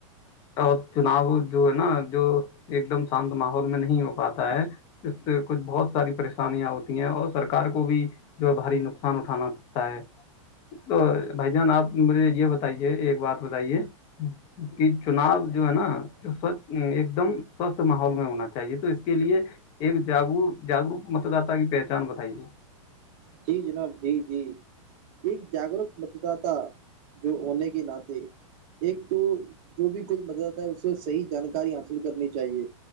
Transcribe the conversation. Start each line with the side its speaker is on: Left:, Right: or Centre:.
Left: اور چناؤ جو ہے نا جو ایک دم شانت ماحول میں نہیں ہو پاتا ہے اس سے کچھ بہت ساری پریشانیاں ہوتی ہیں اور سرک کو بھی جو بھاری نقصان اٹھانا پڑتا ہے تو بھائی جان آپ مجھے یہ بتائیے ایک بات بتائیے کہ چناؤ جو ہے ناھ ایک دم سوستھ ماحول میں ہونا چاہیے تو اس کے لیے ایک جاگ جاگروک متدات کی پہچان بتائیے
Right: جی جناب جی جی ایک جاگرک مت داتا جو ہونے کے ناطے ایک تو جو بھی کوئی مدد ہے اس سے صحی جانکاری حاصل کرنی چاہیے